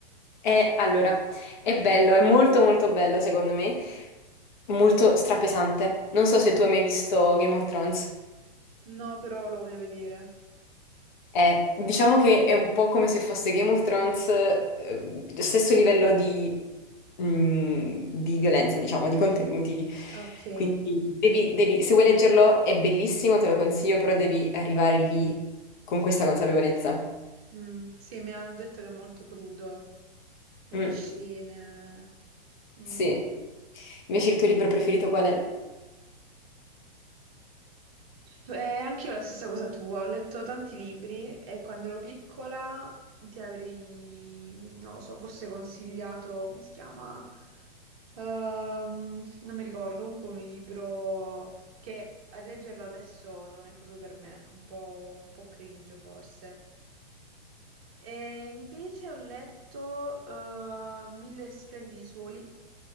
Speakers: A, on the left (about 50°); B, on the right (about 40°).
A: E allora, è bello, è molto molto bello secondo me, molto strapesante. Non so se tu hai mai visto Game of Thrones.
B: No, però lo voglio vedere.
A: È- diciamo che è un po' come se fosse Game of Thrones, eh, lo stesso livello di, mm, di violenza, diciamo, di contenuti.
B: Ok.
A: Quindi devi, devi- se vuoi leggerlo è bellissimo, te lo consiglio, però devi arrivare lì con questa consapevolezza.
B: Mm, Sì, mi hanno detto che è molto crudo nelle
A: Mm,
B: scene. Mm.
A: sì. Invece il tuo libro preferito qual è?
B: Eh, anche io la stessa cosa tua, ho letto tanti libri e quando ero piccola ti avrei, non lo so, forse consigliato, come si chiama? Ehm, non mi ricordo, comunque un libro che a leggerlo adesso non è proprio per me, un po', un po' cringe forse. E invece ho letto eh, Mille splendidi soli,